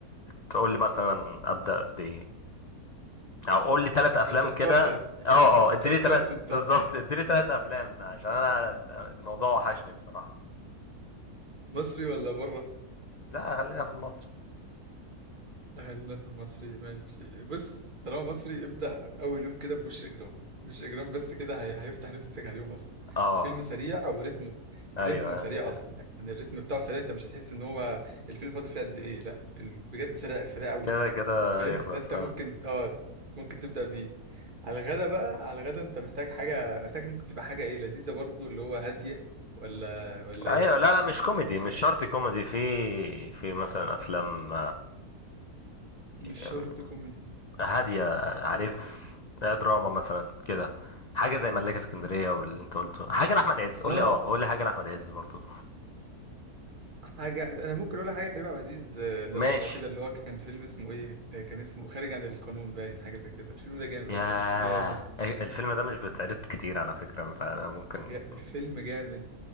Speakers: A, on the left (about 40°); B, on the right (about 30°).
A: تقول لي مثلا ابدا بايه او قول لي ثلاث افلام
B: ده تاسكات
A: كده
B: يعني
A: اه اه اديلي
B: تاسكات
A: ثلاث
B: انت
A: بالظبط اديلي ثلاث افلام عشان انا الموضوع وحشني بصراحه
B: مصري ولا بره؟
A: لا خلينا في مصر
B: خلينا في المصري ماشي بص طالما مصري ابدأ أول يوم كده بوش إجرام وش إجرام بس كده هي... هيفتح نفسك على اليوم أصلا
A: اه
B: فيلم سريع وريتمه
A: ايوه
B: ريتمه سريع
A: أيوة.
B: أصلا يعني الريتم بتاعه سريع أنت مش هتحس إن هو الفيلم فاضل فيه قد إيه لا ال- بجد سريع سريع أوي
A: كده كده
B: فاهم
A: يخلص
B: ده أنت
A: اه
B: ممكن آه ممكن تبدأ بيه على الغدا بقى على الغدا أنت محتاج حاجة محتاج ممكن تبقى حاجة إيه لذيذة برضو اللي هو هادية ولا ولا
A: ايوه
B: إيه؟
A: لا لا مش كوميدي
B: مش
A: مش
B: عارف.
A: شرط كوميدي في في مثلا افلام
B: مش
A: آه،
B: شرط كوميدي
A: هادية عارف
B: انا
A: لا دراما مثلا كده حاجة زي ملاك اسكندرية واللي انت قلته حاجة لأحمد عز قول
B: اه
A: لي اه قول لي حاجة لأحمد عز برضو
B: حاجه انا ممكن اقول لك حاجه كريم عبد العزيز آه، دراما
A: ماشي
B: وكده اللي هو كان فيلم اسمه ايه آه، كان اسمه خارج عن القانون باين حاجه زي كده الفيلم ده جامد
A: يا
B: والله جامد
A: الفيلم ده مش بيتعرض كتير على فكرة فأنا ممكن
B: جا... الفيلم جامد